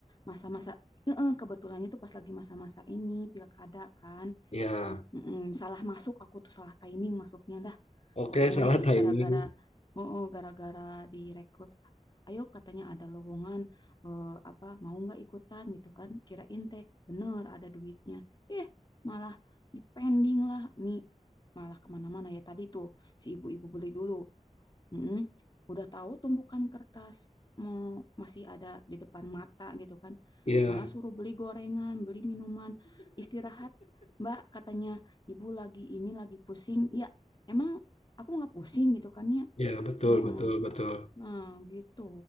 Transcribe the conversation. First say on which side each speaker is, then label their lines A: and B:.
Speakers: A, on the left; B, on the left.
A: masa-masa eh, eh, kebetulannya tuh pas lagi masa-masa ini pilkada kan
B: Ya.
A: Mm-mm, salah masuk aku tuh salah timing masuknya dah
B: Oke,
A: pokoknya
B: salah timing.
A: gara-gara oh, oh, gara-gara direkrut ayo katanya ada lowongan eh, apa mau nggak ikutan gitu kan kirain teh bener ada duitnya eh malah dipending lah nih malah kemana-mana ya tadi tuh si ibu-ibu beli dulu Mm-mm. Udah tahu tumpukan kertas mau masih ada di depan mata gitu kan.
B: Iya,
A: Malah suruh beli gorengan, beli minuman, istirahat. Mbak katanya ibu lagi ini lagi pusing. Ya emang aku nggak pusing gitu kan ya.
B: iya betul,
A: Mm-mm.
B: betul, betul.
A: Nah gitu.